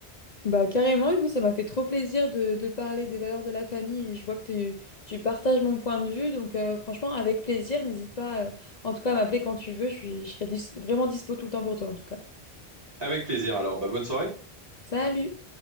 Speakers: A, on the left; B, on the right.
A: Bah carrément, écoute, ça m'a fait trop plaisir de, de parler des valeurs de la famille et je vois que tu, tu partages mon point de vue, donc euh, franchement, avec plaisir, n'hésite pas euh, en tout cas à m'appeler quand tu veux, je suis, je serai dis- vraiment dispo tout le temps pour toi en tout cas.
B: Avec plaisir. Alors, bah, bonne soirée.
A: Salut!